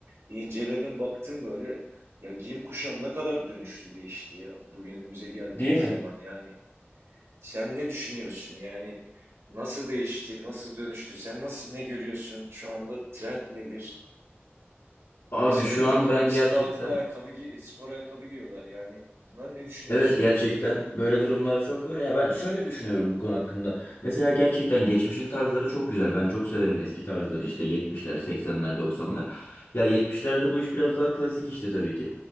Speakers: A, on the right; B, on the left.
A: inceledim baktım böyle ya giyim kuşam ne kadar dönüştü değişti ya bugünümüze geldiğimiz
B: Değil mi?
A: zaman yani sen ne düşünüyorsun? Yani nasıl değişti, nasıl dönüştü? Sen nasıl ne görüyorsun? Şu anda trend nedir?
B: Abi
A: Mesela
B: şu an
A: takım
B: ben
A: elbisenin
B: gerçekten
A: altına ayakkabı, gi- spor ayakkabı giyiyorlar. Yani bundan ne düşünüyorsun?
B: Evet gerçekten böyle durumlar çok var ya ben şöyle düşünüyorum bu konu hakkında. Mesela gerçekten geçmişin tarzları çok güzel. Ben çok severim eski tarzları
A: Hı
B: işte
A: hı,
B: 70'ler, 80'ler, 90'lar. Ya 70'lerde bu iş biraz daha klasik işte tabii ki.